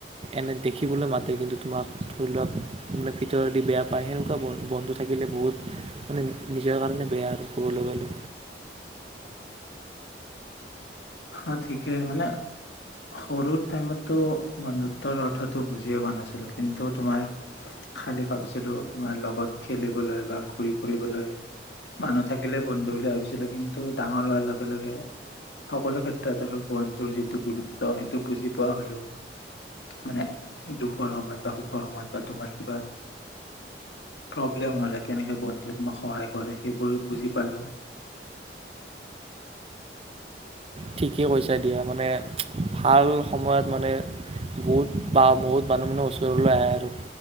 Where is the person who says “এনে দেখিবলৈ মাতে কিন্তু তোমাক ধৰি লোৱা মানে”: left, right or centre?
Right